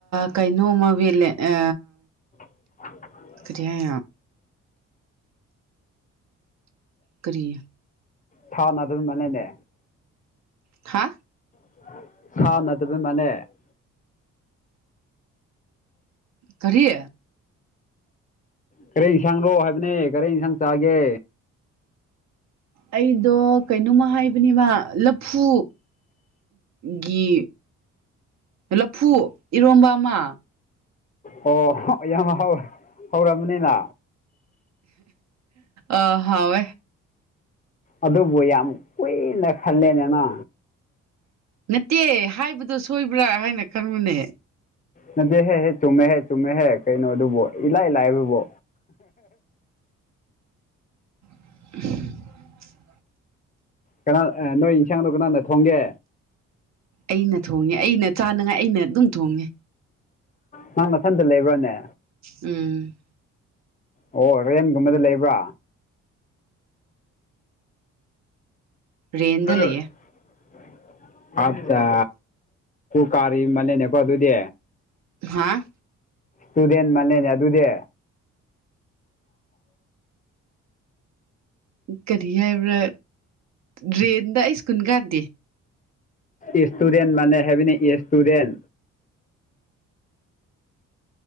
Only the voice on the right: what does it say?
ꯀꯩꯅꯣꯝꯃꯥ ꯃꯦꯠꯂꯦ ꯑ
ꯀꯔꯤ ꯍꯥꯏ ꯀꯔꯤ
ꯍꯥ
ꯀꯔꯤ
ꯑꯩꯗꯣ ꯀꯩꯅꯣꯃ ꯍꯥꯏꯕꯅꯦꯕ ꯂꯐꯨ ꯒꯤ ꯂꯐꯨ ꯏꯔꯣꯝꯕ ꯑꯃ
ꯑ ꯍꯥꯎꯌꯦ
ꯅꯠꯇꯦ ꯍꯥꯏꯕꯗꯨ ꯁꯣꯏꯕ꯭ꯔꯥ ꯍꯥꯏꯅ ꯈꯟꯕꯅꯦ
<unintelligible>
ꯑꯩꯅ ꯊꯣꯡꯉꯦ ꯑꯩꯅ ꯆꯥꯅꯉꯥꯏ ꯑꯩꯅ ꯑꯗꯨꯝ ꯊꯣꯡꯉꯦ
ꯎꯝ
ꯔꯦꯟꯗ
ꯂꯩꯌꯦ
ꯍꯥꯥ
ꯀꯔꯤ ꯍꯥꯏꯕ꯭ꯔꯥ ꯗ꯭ꯔꯦꯟꯗ ꯑꯩ ꯁ꯭ꯀꯨꯟ ꯀꯥꯗꯦ